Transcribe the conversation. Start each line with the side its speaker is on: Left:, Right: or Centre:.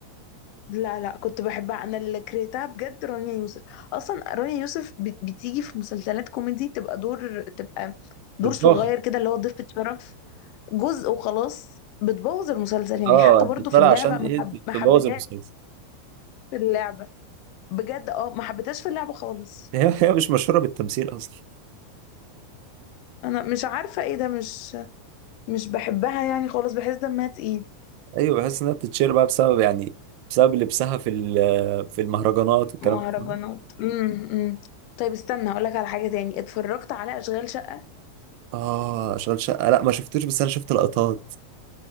Left: لا لا كنت بحبها انا اللي كرهتها بجد رانيا يوسف اصلا رانيا يوسف بت- بتيجي في مسلسلات كوميدي تبقى دور تبقى دور
Right: بتضخم
Left: صغير كده اللي هو ضيفة شرف جزء وخلاص بتبوظ المسلسل يعني
Right: اه
Left: حتى
Right: انت
Left: برضو في
Right: طالع
Left: اللعبة
Right: عشان
Left: ما
Right: ايه
Left: حب- ما
Right: تبوظ
Left: حبيتهاش
Right: المسلسل
Left: في اللعبة بجد اه ما حبيتهاش في اللعبة خالص
Right: هي هي مش مشهوره بالتمثيل اصلا
Left: انا مش عارفة ايه ده مش مش بحبها يعني خالص بحس دمها تقيل
Right: ايوه بحس انها بتتشير بقى بسبب يعني بسبب لبسها في ال- في المهرجانات الكلام
Left: مهرجانات
Right: ده
Left: امم طيب استنى هقولك على حاجة تاني اتفرجت على أشغال شقة
Right: اه اشغال شقه لا ما شفتوش بس انا شفت لقطات